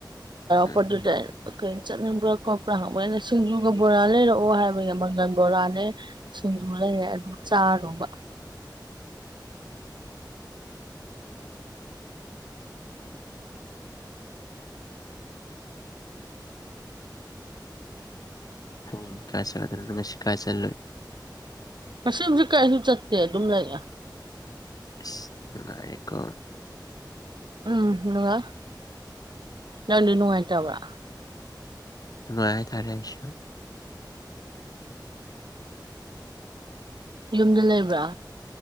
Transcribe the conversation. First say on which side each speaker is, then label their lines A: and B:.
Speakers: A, on the left; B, on the right.
A: ꯎꯝ
B: <unintelligible> ꯄꯗꯨꯗ ꯆꯠꯅꯤꯡꯕ꯭ꯔꯥ ꯈꯣꯠꯄ꯭ꯔꯥ ꯍꯪꯕ ꯑꯩꯅ ꯁꯤꯡꯖꯨꯒ ꯕꯣꯔꯥ ꯂꯩꯔꯛꯑꯣ ꯍꯥꯏꯕꯒꯤ ꯃꯪꯒꯟ ꯕꯣꯔꯥꯅꯦ ꯁꯤꯡꯖꯨ ꯂꯩꯔꯛꯄ ꯑꯗꯨ ꯆꯥꯔꯨꯕ
A: ꯐꯣꯟ ꯀꯥꯏ <unintelligible> ꯉꯁꯤ ꯀꯥꯏ ꯆꯠꯂꯨꯏ
B: ꯉꯁꯤꯖꯨꯗꯤ ꯀꯩꯁꯨ ꯆꯠꯇꯦ ꯑꯗꯨꯝ ꯂꯩ
A: ꯑꯁ ꯅꯨꯡꯉꯥꯏꯔꯦꯀꯣ
B: ꯎꯝ ꯅꯨꯡꯉꯥꯏ ꯅꯪꯗꯤ ꯅꯨꯡꯉꯥꯏꯇꯕ꯭ꯔꯥ
A: ꯅꯨꯡꯉꯥꯏ ꯍꯥꯏꯇꯔꯦ ꯑꯩꯁꯨ
B: ꯌꯨꯝꯗ ꯂꯩꯕ꯭ꯔꯥ